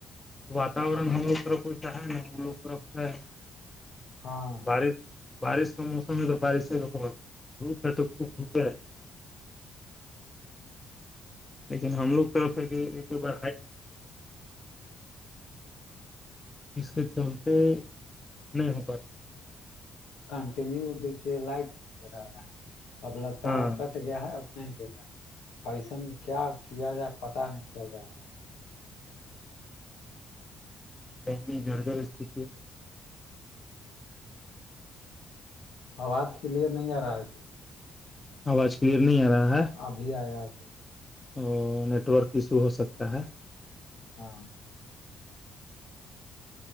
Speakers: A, on the left (about 20°); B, on the left (about 80°).
A: واتاورن ہم لوگ طرف وسا ہے نا ہم لوگ طرف ہے <unintelligible>
B: ہاں <unintelligible>
A: بش بارش کا موسم ہے تو بارش دھوپ ہے تو خوب دھوپ رہیں گے <unintelligible> <inaudible> لیکن ہم لوگ طرف ب اس کے چلتے نہیں ہو پاتے
B: کنٹینیو دیکھیے لائٹ بھی نہیں رہا رہا ہے اب لگتا
A: ہاں
B: ہے گیا ہے اب نہیں دیتا اور ایسم میں کیا کیا جائے پتا نہیں چل رہا ہے
A: دہلی گھر گھر است ہ
B: آواز کلیئر نہیں آ رہا ہے جی۔
A: آواز کلیئر نہیں آ رہا ہے
B: ابھی آیا ابھی
A: تو نیٹ ورک ایشو ہو سکتا ہے
B: ہاں